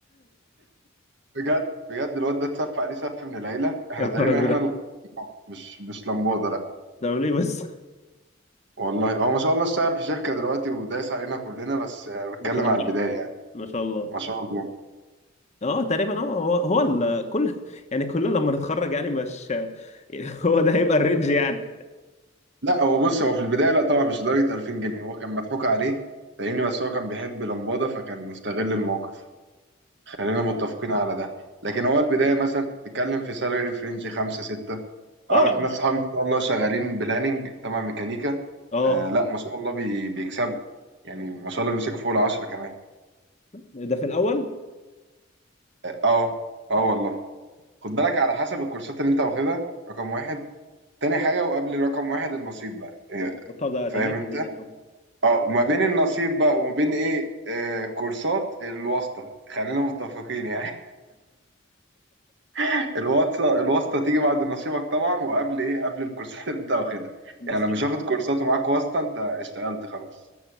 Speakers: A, on the right; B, on the left.
A: بجد بجد الواد ده اتسف عليه سف من العيلة احنا
B: يا نهار
A: تقريبا
B: ازرق
A: احنا اللي اه، مش مش لمبودة لأ
B: ده ليه بس
A: والله هو ما شاء الله اشتغل في شركة دلوقتي ودايس علينا كلنا بس أنا بتكلم
B: ما شاء الله
A: على البداية يعني
B: ما شاء الله
A: ما شاء الله
B: اه تقريبا اه هو هو ال- كل <laughs> يعني كلنا لما نتخرج يعني مش يعني <laughs> هو ده هيبقى الرينج يعني
A: لا هو بص هو في البداية لا طبعا مش لدرجة 2000 جنيه هو كان مضحوك عليه فاهمني بس هو كان بيحب لمبادة فكان مستغل الموقف خلينا متفقين على ده لكن هو البداية مثلا كنت بتتكلم في سالري فرنج خمسة ستة
B: اه
A: أعرف ناس صحابي ما شاء الله شغالين بلاننج تبع ميكانيكا
B: اه
A: آه لا ما شاء الله بي بيكسبوا يعني ما شاء الله بيمسكوا فوق العشرة كمان
B: ده في الاول
A: اه اه آه والله خد بالك على حسب الكورسات اللي انت واخدها رقم واحد تاني حاجة وقبل رقم واحد النصيب بقى آه،
B: طب ده ده
A: فاهم
B: 100%
A: انت
B: طبعا
A: اه ما بين النصيب بقى وما بين ايه آه كورسات الواسطة خلينا متفقين يعني <laughs> الواسطة الواسطة تيجي بعد نصيبك طبعا وقبل ايه قبل الكورسات اللي انت واخدها
B: بس
A: يعني لو مش واخد كورسات ومعاك واسطة انت اشتغلت خلاص